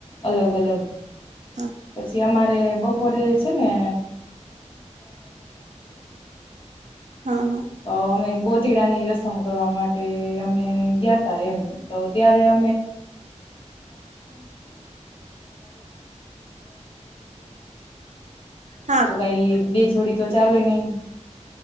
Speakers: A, on the left; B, on the right.
A: અલગ અલગ.
B: તા હા
A: પછી અમારે બ બપોરે છે ને.
B: હા
A: અ મે ગો. પતીડાની રસમ કરવા માટે અમે ગયા ત એમ તો ત્યારે <inaudible>
B: હા હા
A: <unintelligible> બે છોડી તો ચાલે નહી.